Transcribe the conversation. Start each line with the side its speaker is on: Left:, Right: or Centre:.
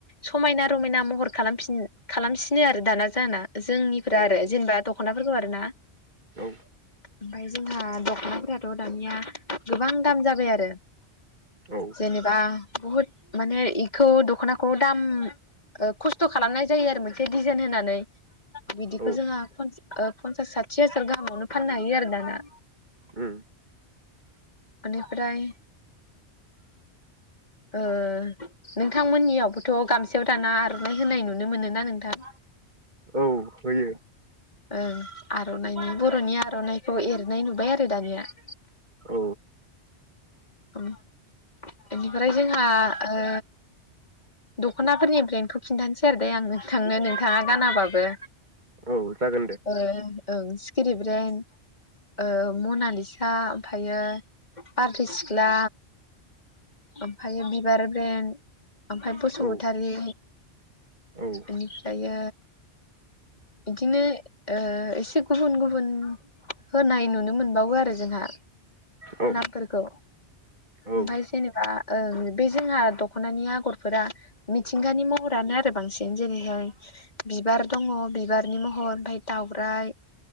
Left: समायना रमायना महर खालामफिन खालामसिनो आरो दाना जाना जों
Right: औ
Left: फोरा आरो जेनेबा द ख'नाफोरखौ आरो ना।
Right: औ।
Left: ओमफ्राय जोंहा दख'नाफोराथ' दानिया गोबां दाम जाबाय आरो
Right: औ
Left: जेनेबा बुहुद माने इखौ दख'नाखौ दाम ओ खस्थ' खालामनाय जायो आरो मोनसे डिजाइन होनानै। बिदिखो
Right: औ
Left: जोङा पन ओ पन्सास साथि हाजार गाहामावनो फाननो हायो आरो दाना।
Right: ओम।
Left: इनिफ्राय ओ नोंथांमोननियावबोथ' गामसायाव दाना आर'नाइ होनाय नुनो मोनो ना नोंथां?
Right: औ होयो।
Left: ओं आर'नाइनि बर'नि आर'नाइखौ एरनाय नुबाय आरो दानिया।
Right: औ
Left: ओम बेनिफ्राय जोंहा ओ दख'नाफोरनि ब्रेन्डखौ खिन्थानोसै आरो दे आं नोंथांनो नोंथाङा गानाबाबो।
Right: औ जागोन दे।
Left: ओ ओं सिखिरि ब्रेन ओ मनालिसा ओमफायो बारदै सिख्ला ओमफायो बिबार ब्रेन्ड ओमफाय बसुमतारी
Right: औ औ उम
Left: इनिफ्रायो इदिनो ओ एसे गुबुन गुबुन होननाय नुनो मोनबावो आरो जोंहा।
Right: औ
Left: नामफोरखौ
Right: उम
Left: ओमफाय जेनेबा ओं बे जोंहा द दखनानि आगरफोरा मिथिंगानि महरानो आरो बांसि दिनो जेरैहाय बिबार दङ बिबारनि महर ओमफाय दाउरायाइ